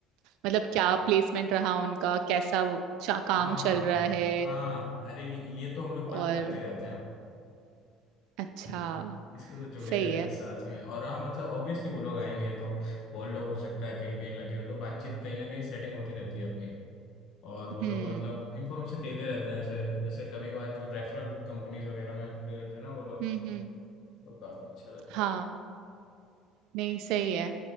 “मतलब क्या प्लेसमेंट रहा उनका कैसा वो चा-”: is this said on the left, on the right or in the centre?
Right